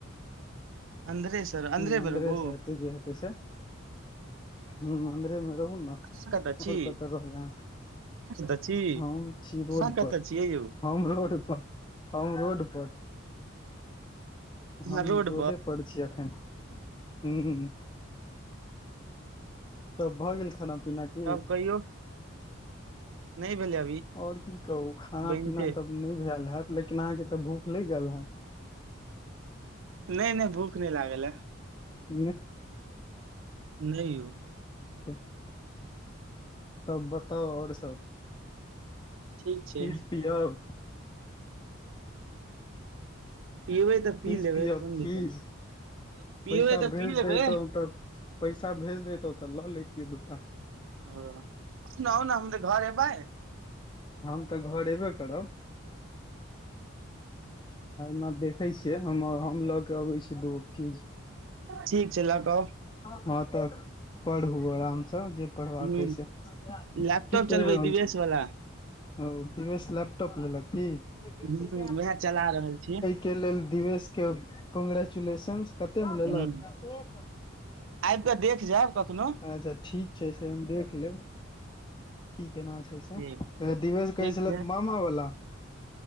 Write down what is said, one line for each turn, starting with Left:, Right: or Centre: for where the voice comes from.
Right: अन्दरे से
Left: हं अन्दरे
Right: मे रहू
Left: सऽ हेतै जे हेतै से हं अन्दरे मे रहु न आओर
Right: अहाँ कतऽ छी
Left: कतो रहबै अहाँ
Right: कतऽ छी
Left: हम छी
Right: अहाँ
Left: रोड
Right: कतऽ
Left: पर
Right: छियै यौ
Left: होम रोड पर होम रोड पर
Right: अहाँ
Left: हम
Right: रोड
Left: रोडे पर छी अखन ह तब भऽ गेल खाना पीना की
Right: तब कहियौ नहि भेल अभी
Left: और की कहू खाना
Right: बनिते
Left: पीना तब नहि भेल हैत लेकिन अहाँके तो भूख लागि गेल हत
Right: नहि नहि भूख नहि लागल ह
Left: <inaudible>
Right: नहि यौ
Left: <unintelligible> <inaudible> <inaudible> तब बताउ और सब
Right: ठीक छै
Left: फीस पियब
Right: पिबै तो
Left: फीस
Right: पी लेबै
Left: पियब
Right: कोन
Left: फीस
Right: <inaudible> पिबै
Left: पैसा
Right: तऽ
Left: भेज
Right: पी लेबै
Left: दैतहुँ तऽ पैसा भेज देतौ तै लो लेैतियै दूटा
Right: ओ आउ न आउ ने हमरा घर ऐबैय
Left: हम तऽ घर अबे करब ना देखै छियै हम हम लऽ के अबै छी दूगो फीज
Right: ठीक छै लऽ कऽ आउ
Left: हँ तऽ पढ़ू आरामसँ जे जे पढ़बके
Right: ह
Left: ये से की
Right: लैपटॉप
Left: पढ़ि
Right: चलबै
Left: रहल
Right: दिवेश
Left: छै
Right: वाला
Left: ओ दिवेश लैपटॉप लेलक की
Right: ह उएह चला रहल छी
Left: के लेल दिवेशके कंग्रैचुलेशन्स कतेक मे लेलक
Right: ह आबि कऽ देख जायब कखनो
Left: अच्छा ठीक छै से हम देख लेब की केना छै
Right: ठीक
Left: दिवश
Right: ठीक
Left: कहै छल
Right: छै
Left: मामा वाला